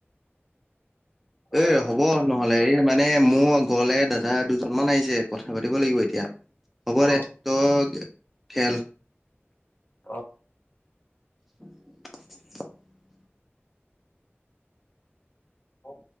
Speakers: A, on the left; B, in the centre.
A: হয়
B: এ
A: না
B: হ'ব নহ'লে এই মানে মোৰ ঘৰলে দাদা দুজনমান আহিছে। যে কথা পাতিব লাগিব এতিয়া হ'ব
A: অ
B: দে তই খেল।
A: অ'
B: <unintelligible>
A: অ'